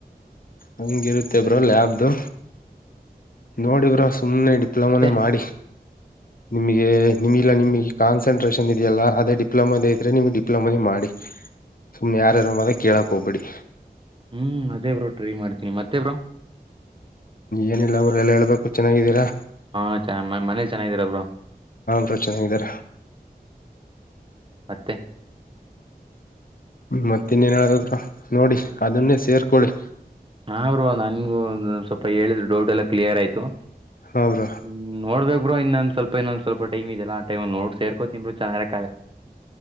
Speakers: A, on the left; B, on the right.
A: ಹಂಗಿರುತ್ತೆ ಬ್ರಲ್ಯಾಬ್ದು ನೋಡಿವ್ರಾ ಸುಮ್ನೆ ಇಡ ಅಪ್ಲಂಬನೆ
B: ಮತ್ತೆ
A: ಮಾಡಿ ನಿಮಗೆ ನಿಮಲ್ಲ ನಿಮಗೆ ಕಾನ್ಸನ್ಟ್ರೇಷನ್ ಇದೆಯಲ್ಲ ಅದೇ ಡಿಪ್ಲೊಮದ ಇದ್ರೆ ನಿಮ್ಗೆ ಡಿಪ್ಲೊಮೇ ಮಾಡಿ ಸುಮ್ನೆ ಯಾರ್ಯಾರು ಮದ ಕೇಳಕ್ ಹೋಗ್ಬಿಡಿ.
B: ಹ್ಮ್ ಅದೇ ಬ್ರೋ ಟ್ರೈ ಮಾಡ್ತೀನಿ ಮತ್ತೆ ಬ್ರೋ.
A: ಏನಿಲ್ಲ ಅವ್ರ ಎಲ್ಲ ಹೇಳ್ಬೇಕು ಚೆನ್ನಾಗಿದ್ದೀರಾ.
B: ಹಾ ಚ ಮನೇಲಿ ಚೆನ್ನಾಗಿದೀರಬ್ರು.
A: ಹ್ರಚನ್ ಹಗಾರ.
B: ಮತ್ತೆ.
A: ಮತ್ತ ಇನ್ನೇನ್ ಹೇಳ ನೋಡಿ ಅದನ್ನೇ ಸೇರ್ಕೊೊಳ್ಳಿ
B: ಹರು ನನ್ಗು ಸ್ವಲ್ಪ ಹೇಳಿದ್ರೆ ಡೌಟ್ ಎಲ್ಲಾ ಕ್ಲಿಯರ್ ಆಯ್ತು.
A: ಹಾ ಬ್ರೋ
B: ಹ್ಮ್ ನೋಡ್ಬೇಕು. ಇನ್ನೊಂದ ಸ್ವಲ್ ಇನ್ನೊಂದ ಸ್ವಲ್ ಟಮ್ದೆಲ್ಲ ಆ ೈ್ ನೋಡ್ ಸೇರ್ೋ ಇ ಚ.